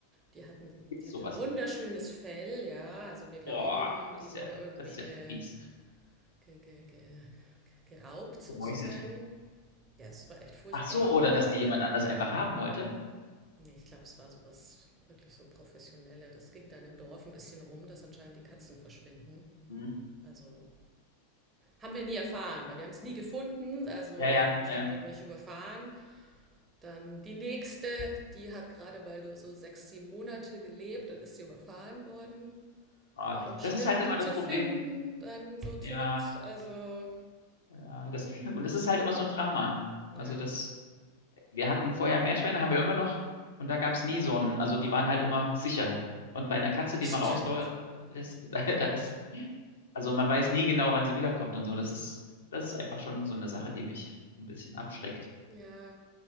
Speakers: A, on the right; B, on the left.
A: Die hatten,
B: Gibt's
A: die hat
B: sowas?
A: ein wunderschönes Fell, ja. Also wir glauben,
B: Boah, das
A: die
B: ist
A: wurde
B: ja,
A: irgendwie
B: das ist
A: ge,
B: ja fies.
A: ge, ge, ge, geraubt sozusagen.
B: Gemeuchelt.
A: Ja, es war echt furchtbar.
B: Ach so, oder dass die jemand anders einfach haben wollte.
A: Nee, ich glaube, es war sowas wirklich so professionelle. Das ging dann im Dorf ein bisschen rum, dass anscheinend die Katzen verschwinden.
B: Hm.
A: Also haben wir nie erfahren, weil wir haben sie nie gefunden, also
B: Ja, ja,
A: sie
B: ja. ja.
A: wurden nicht überfahren. Dann die nächste, die hat gerade mal nur so sechs, sieben Monate gelebt, dann ist sie überfahren worden.
B: Ah,
A: War auch schlimm,
B: das ist halt
A: die
B: immer
A: zu
B: das Problem.
A: finden, dann so tot.
B: Ja,
A: Also
B: ja, das, und das ist halt immer so ein Drama.
A: ja,
B: Also das wir hatten vorher Meerschweine, haben wir immer noch. Und da gab es nie so einen, also die waren halt immer sicher. Und bei einer Katze, die
A: <laughs> stimmt.
B: man rauslässt, <laughs> da, da ist, also man weiß nie genau, wann sie wiederkommt und so. Das ist, das ist einfach schon so eine Sache, die mich ein bisschen abschreckt.
A: Ja,